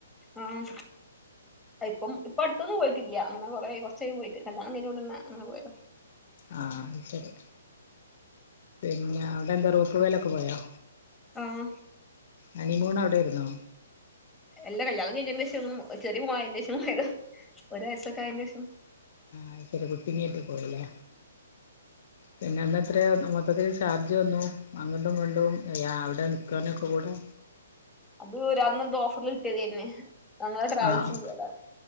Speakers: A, in the centre; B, on the left.
A: ആഹ് ഇപ്പം ഇപ്പാ അടുത്തോന്നും പോയിട്ടില്ല അങ്ങനെ കൊറേ ആയി കുറച്ച് ആയി പോയിട്ട് കല്യാണം കഴിഞ്ഞോടാന്നെ അങ്ങനെ പോയതാ
B: ആഹ് അത് ശരി പിന്നെ അവിടെ എന്താ റോപ്പ് വേലൊക്കെ പോയോ
A: ആഹ്
B: ഹണിമൂൺ അവിടെയിരുന്നോ
A: എല്ലാ കല്യാണം കഴിഞ്ഞെന്റെശം ഇക്ക് ഒരു പൂവാ അയിന്റെശം <unintelligible> ഒരു വയസ്സൊക്കെ അയിന്റെശം
B: അയ്ശെരി കുട്ടിങ്‌ എത്തി പോയില്ലേ പിന്നെ അന്ന് എത്രയാ മൊത്തത്തിൽ ചാർജ് വന്നു അങ്ങട്ടും ഇങ്ങോട്ടും യാ അവിടെ നിൽക്കുവാനൊക്കെ കൂടെ
A: അത് ഒര് അന്ന്ണ്ട് ഓഫറിൽ കിട്ടിയതന്നെ ഞങ്ങളെ ട്രാവൽസിന്റെ
B: ആഹ്
A: <unintelligible>